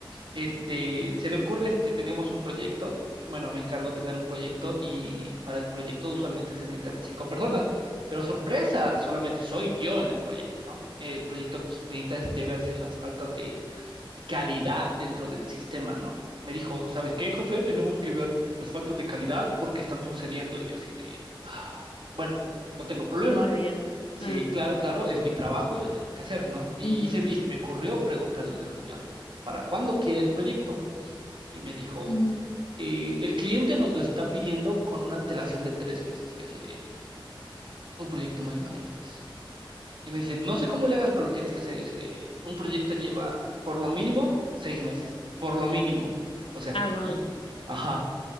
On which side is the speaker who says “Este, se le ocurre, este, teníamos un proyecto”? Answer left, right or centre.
Right